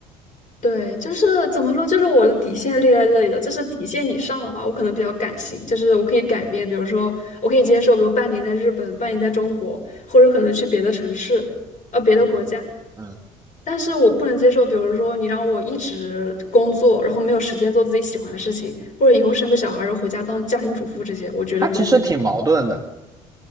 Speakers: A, on the left; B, on the right.
A: 对，就是怎么说，就是我的底线列在这里的，就是底线以上的话，我可能比较感性，就是我可以改变，比如说我可以接受，比如半年在日本，半年在中国，或者可能去别的城市，呃，别的国家。
B: 嗯嗯，
A: 但是我不能接受，比如说你让我一直工作，然后没有时间做自己喜欢的事情，或者以后生个小孩儿然后回家当家庭主妇这些，我绝对不能接受。
B: 他其实挺矛盾的，